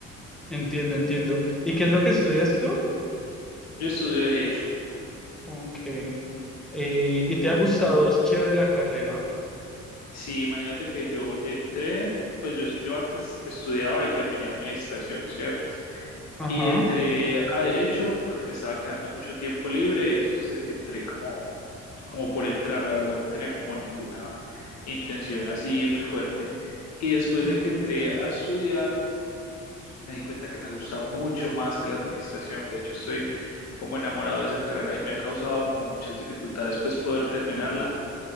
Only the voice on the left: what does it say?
Yo estudio derecho.
Sí, imagínate que yo entré, pues yo, yo antes estudiaba y terminé administración, ¿cierto?
Y entré a derecho porque me estaba quedando mucho tiempo libre y entonces e, entré como, como por entrar, la verdad, no tenía como ninguna intención así muy fuerte. Y después
de que entré a estudiar, me di cuenta que me gusta mucho más que la administración. De hecho, estoy como enamorado de esa carrera y me ha causado como muchas dificultades pues poder terminarla,